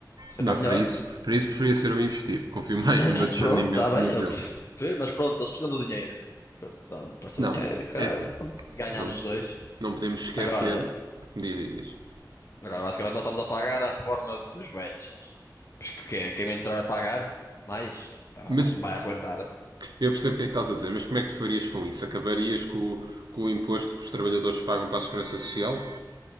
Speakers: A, on the left (about 40°); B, on the right (about 70°).
A: sempre
B: Não,
A: é melhor.
B: para isso, para isso preferia ser eu a investir. Confio mais
A: <laughs> é
B: no meu discernimento
A: Pronto, está bem,
B: do
A: eu
B: que dele.
A: prefiro, mas pronto, eles precisam do dinheiro. Pronto, dá-me para o seu
B: Não,
A: dinheiro, caralho,
B: é assim.
A: pronto. E ganhámos
B: Não,
A: os dois.
B: não podemos esquecer.
A: Agora,
B: Diz, diz, diz.
A: Agora, basicamente, nós estamos a pagar a reforma dos velhos. Porque que- quem entrar vai pagar, mais
B: Mas
A: vai arrebentar.
B: eu percebo o que é que estás a dizer, mas como é que tu farias com isso? Acabarias com, o- com o imposto que os trabalhadores pagam para a segurança social?